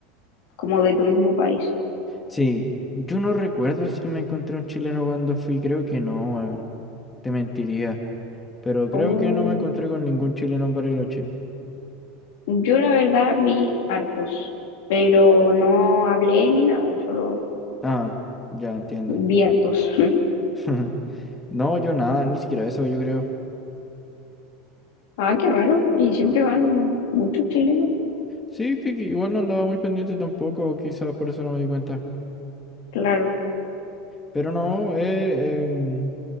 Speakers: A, on the left (about 65°); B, on the left (about 15°).
A: como de tu mismo país.
B: Sí, yo no recuerdo si me encontré un chileno cuando fui, creo que no, weón. Te mentiría. Pero creo
A: Oh,
B: que no me encontré con ningún chileno en Bariloche.
A: yo la verdad vi hartos, pero no hablé ni nada, solo
B: Ah, ya entiendo.
A: vi hartos. <laughs>
B: <laughs> No, yo nada, ni siquiera eso, yo creo.
A: Ah, qué raro. Y siempre van muchos chilenos.
B: Sí, es que que igual no andaba muy pendiente tampoco, quizás por eso no me di cuenta.
A: Claro,
B: Pero no, eh, em,